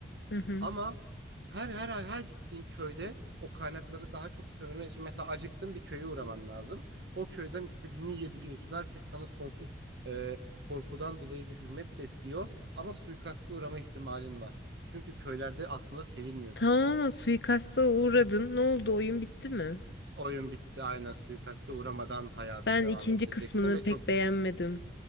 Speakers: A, on the left; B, on the right.
A: Hı hı.
B: Ama her her her gittiğin köyde o kaynakları daha çok sömürmen için mesela acıktın bir köye uğraman lazım. O köyden istediğini yiyebiliyorsun. Herkes sana sonsuz e, korkudan dolayı bir hürmet besliyor ama suikaste uğrama ihtimalin var. Çünkü köylerde aslında sevilmiyorsun.
A: Tamamen suikasta uğradın. Ne oldu? Oyun bitti mi?
B: Oyun bitti aynen suikaste uğramadan hayatını
A: Ben
B: devam
A: ikinci
B: ettireceksin
A: kısmını
B: ve çok
A: pek beğenmedim.
B: güçlüsün.